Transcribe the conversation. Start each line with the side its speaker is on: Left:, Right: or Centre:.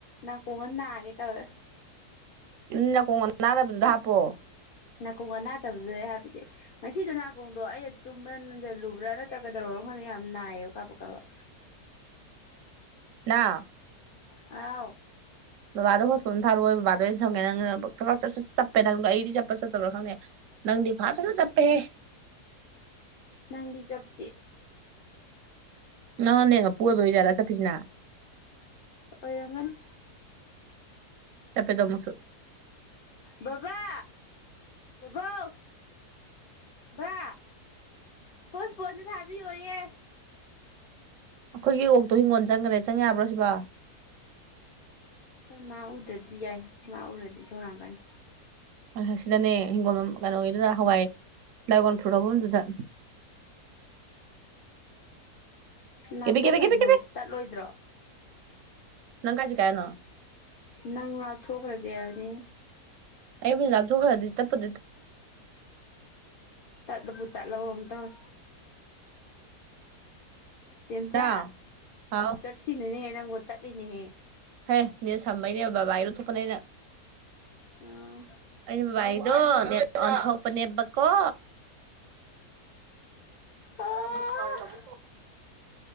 Left: ꯅꯥꯀꯣꯡꯒ ꯅꯥꯒꯦ ꯇꯧꯋꯦ
Right: ꯅꯥꯀꯣꯡ ꯑꯅꯗꯕꯗꯨꯗ ꯍꯥꯞꯄꯣ꯫
Left: ꯅꯥꯀꯣꯡ ꯑꯅꯥꯇꯕꯗꯨꯗꯅꯦ ꯑꯩ ꯍꯥꯞꯄꯤꯁꯦ ꯉꯁꯤꯗꯣ ꯅꯥꯀꯣꯡꯗꯣ ꯑꯩ ꯇꯨꯝꯕꯗ ꯅꯟꯖꯜꯂꯨꯕ꯭ꯔꯥ ꯅꯠꯇ꯭ꯔ ꯀꯗꯧꯔꯕꯅꯣ ꯈꯪꯗꯦ ꯌꯥꯝ ꯅꯥꯏꯌꯦꯕ ꯀꯥꯕꯨꯛ ꯀꯥꯕꯨꯛ
Right: ꯅꯥꯎ꯫
Left: ꯍꯥꯎ
Right: ꯕꯕꯥꯗꯣ ꯍꯣꯁꯄꯣꯠ ꯑꯝ ꯊꯥꯔꯛꯑꯣꯌꯣ ꯕꯕꯥꯗꯩ ꯑꯣꯏꯟ ꯁꯝꯒꯦ ꯅꯪ ꯆꯠꯄꯦ ꯈꯪꯗꯦ ꯅꯪꯗꯤ ꯐꯥꯖꯅ ꯆꯞꯄꯦꯍꯦ
Left: ꯅꯪꯗꯤ ꯆꯞꯇꯤ
Right: ꯅꯪꯅ ꯅꯦꯠ ꯃꯄꯨ ꯑꯣꯏꯕꯩ ꯑꯣꯏ ꯖꯥꯠꯂꯥ ꯆꯠꯄꯤꯖꯤꯅ꯫
Left: ꯑꯣꯏꯔꯝꯒꯅꯤ
Right: ꯆꯄꯦꯗꯣ ꯃꯨꯛꯁꯨ꯫
Left: ꯕꯥꯕꯥ ꯕꯥꯕꯥꯎ꯫ ꯕ ꯍꯣꯁꯐꯣꯠ ꯑꯝꯇ ꯊꯥꯕꯤꯌꯣꯌꯦ꯫
Right: ꯑꯈꯣꯏꯒꯤ ꯑꯣꯛꯇꯣ ꯍꯤꯡꯒꯣꯜ ꯆꯪꯒꫭꯟ ꯆꯪꯈꯔꯦ ꯆꯪ ꯌꯥꯕ꯭ꯔꯣ ꯑꯁꯤꯕꯣ꯫
Left: ꯑꯩꯈꯣꯏ ꯃꯥ ꯎꯗ꯭ꯔꯗꯤ ꯌꯥꯏ ꯑꯩꯈꯣꯏ ꯃꯥ ꯎꯔꯗꯤ ꯏꯁꯧ ꯂꯥꯡꯉꯛꯀꯅꯤ꯫
Right: ꯑ ꯑꯁꯤꯗꯅꯦ ꯍꯤꯡꯒꯣꯜ ꯀꯩꯅꯣꯒꯤꯗꯨꯅ ꯍꯋꯥꯏ ꯗ꯭ꯔꯥꯏꯒꯣꯟ ꯐ꯭ꯔꯨꯠ ꯍꯧꯕꯝꯗꯨꯗ꯫
Left: ꯅꯥꯞꯊꯣꯛꯈ꯭ꯔꯗꯤ
Right: ꯀꯦꯕꯤ ꯀꯦꯕꯤ ꯀꯦꯕꯤ
Left: ꯅꯪ
Right: ꯀꯦꯕꯤ
Left: ꯇꯠꯂꯣꯏꯗ꯭ꯔꯣ꯫
Right: ꯅꯪ ꯀꯥꯢ ꯆꯠꯀꯦ ꯍꯥꯢꯅꯣ꯫
Left: ꯅꯪ ꯉꯥꯛꯊꯣꯛꯈ꯭ꯔꯗꯤ ꯍꯥꯏꯕꯅꯤ
Right: ꯑꯩꯕꯨ ꯂꯥꯞꯊꯣꯛꯈ꯭ꯔꯗꯤ ꯇꯠꯄꯗꯨ
Left: ꯇꯠꯂꯕꯨ ꯇꯠꯂꯕꯣ ꯀꯩꯅꯣꯝ ꯇꯧꯔꯦ ꯆꯦꯝꯆꯥ
Right: ꯏꯇꯥꯎ ꯍꯥꯎ
Left: ꯆꯠꯈꯤꯅꯨꯅꯦ ꯅꯪꯕꯨ ꯇꯠꯂꯤꯅꯦꯍꯦ꯫
Right: ꯍꯦ ꯅꯦꯠ ꯁꯝꯕꯩꯅꯦ ꯕꯕꯥꯢ ꯂꯧ ꯊꯣꯄꯅꯦ ꯑꯩꯅ
Left: ꯑꯣ
Right: ꯑꯩꯅ ꯕꯕꯥꯏꯗꯣ ꯅꯦꯠ ꯑꯣꯟꯊꯣꯛꯄꯅꯦꯕꯀꯣ
Left: ꯑꯥ
Right: ꯑ ꯑꯃꯨꯛ ꯄꯥꯢ ꯑꯃꯨꯛ ꯇꯧ